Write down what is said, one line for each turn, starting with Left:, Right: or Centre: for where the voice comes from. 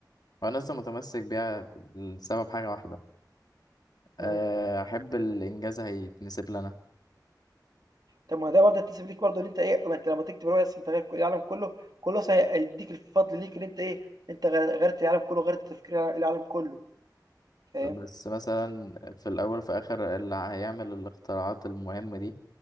Left: وأنا لسه متمسك بيها لسبب حاجة واحدة آه،
Right: مم.
Left: أحب الإنجاز هيتنسب لنا
Right: طب ما ده برضه هتنسب ليك برضه ان انت ايه ما انت لما تكتب روايه اصلا انت غير كل- العالم كله كله أصلاً هيديك الفضل ليك ان انت ايه انت غير- غيرت العالم كله غيرت تفكير العالم كله فاهم
Left: بس مثلا في الأول وفي الآخر اللي هيعمل الاختراعات المهمة دي